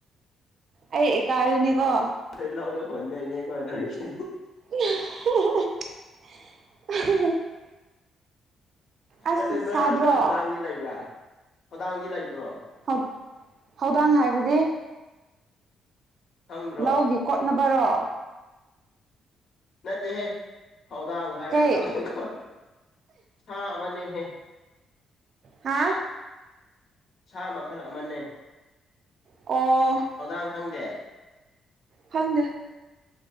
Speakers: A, on the right; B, on the left.
A: ꯑꯩ ꯏꯀꯥꯔꯅꯤ ꯀꯣ
B: ꯑ ꯂꯧꯗ ꯍꯣꯟꯗꯥꯏꯅꯦ ꯀꯣ ꯅꯪꯖꯦ
A: <unintelligible> <unintelligible> ꯑꯁ
B: ꯑꯗꯨ ꯅꯣꯏꯔꯣꯝꯗ
A: ꯁꯥꯗ꯭ꯔꯣ
B: ꯍꯧꯗꯥꯡꯗꯤ ꯂꯩꯕ꯭ꯔꯥ ꯍꯧꯗꯥꯡꯗꯤ ꯂꯩꯕ꯭ꯔꯣ
A: ꯍꯧ ꯍꯧꯗꯣꯡ ꯍꯥꯏꯕꯅꯦ
B: ꯈꯪꯗ꯭ꯔꯣ
A: ꯂꯧꯒꯤ ꯀꯣꯠꯅꯕꯔꯣ
B: ꯅꯠꯇꯦꯍꯦ ꯊꯧꯗꯥꯡ ꯍꯥꯏꯔꯒ
A: ꯀꯩ
B: ꯂꯥꯛꯏꯀꯣ ꯁꯥ ꯑꯃꯅꯦꯍꯦ
A: ꯍꯥꯥ
B: ꯁꯥ ꯃꯈꯜ ꯑꯃꯅꯤ
A: ꯑꯣ
B: ꯊꯧꯗꯥꯡ ꯈꯪꯗꯦ
A: ꯐꯪꯗ